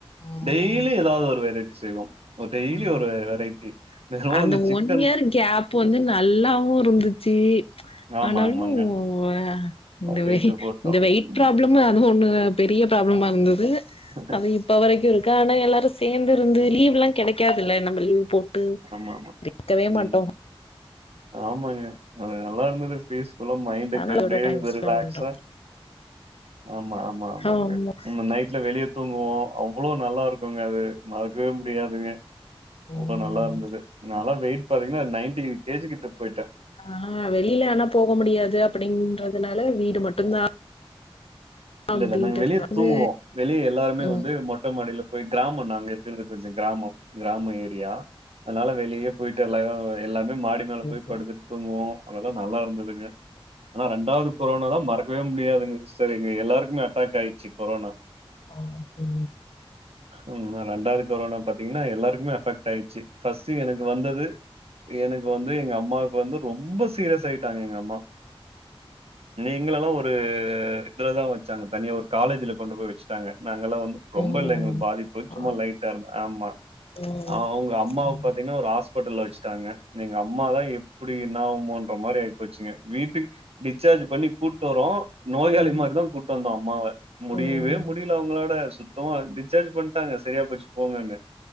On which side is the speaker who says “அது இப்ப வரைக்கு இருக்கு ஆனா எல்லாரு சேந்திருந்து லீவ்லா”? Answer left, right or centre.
Left